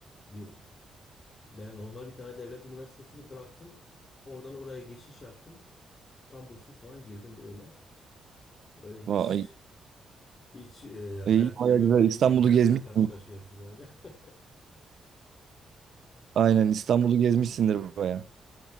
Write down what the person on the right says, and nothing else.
Vay.
İyi, baya
güzel. İstanbul'u
gezmişsin.
Aynen İstanbul'u gezmişsindir baya.